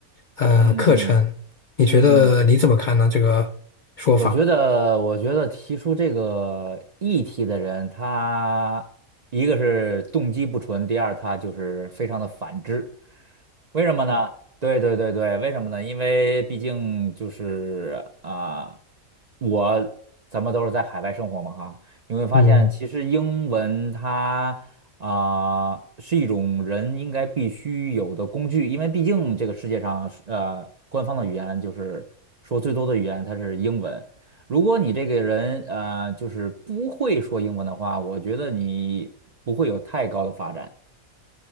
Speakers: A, on the left; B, on the right.
A: 呃课程。
B: 嗯嗯
A: 你觉得你怎么看呢？
B: 嗯，
A: 这个说法？
B: 我觉得，我觉得提出这个议题的人，他一个是动机不纯，第二他就是非常的反智。为什么呢？对对对对，为什么呢？因为毕竟就是啊、我咱们都是在海外生活嘛哈，你会发现其实英文它。
A: 嗯
B: 啊、是一种人应该必须有的工具，因为毕竟这个世界上呃，官方的语言就是说最多的语言它是英文。如果你这个人呃就是不会说英文的话，我觉得你不会有太高的发展。